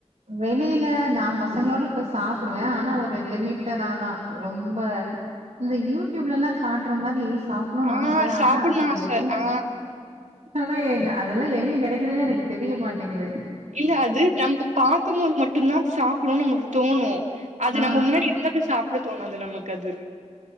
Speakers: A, on the right (about 70°); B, on the right (about 90°).
A: வெளில நா பசங்களோட போய் சாப்டுவே ஆனா ஒரு லிமிட்டாதா ரொம்ப இந்த யூடியூப்ல எல்லா காட்டுற மாரி சாப்படணு
B: ஆ
A: ஆச
B: சாப்புட்னு
A: ஆனா அப்டி
B: ஆச
A: எதுவு
B: ஆ
A: ஆனா எங்க அதெல்லாம் எங்க கெடக்குதுன்னே எனக்கு தெரிய மாட்டேங்குது
B: இல்ல அது நம்க்கு பாக்கும்போது மட்டுந்தா அது சாப்டவு நம்மளுக்கு தோணும் அது
A: ஆ
B: நம்ம முன்னாடி இருந்தது சாப்ட தோணாது நமக்கு அது